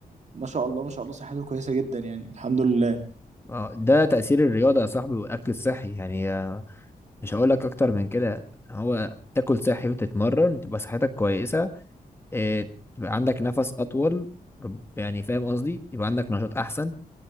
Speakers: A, on the right; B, on the left.
A: ما شاء الله ما شاء الله صحته كويسة جدا يعني الحمد لله
B: اه ده تأثير الرياضة يا صاحبي والأكل الصحي يعني آه، مش هقول لك أكتر من كده هو تاكل صحي وتتمرن تبقى صحتك كويسة آه، تبقى عندك نفس اطول رب- يعني فاهم قصدي يبقى عندك نشاط احسن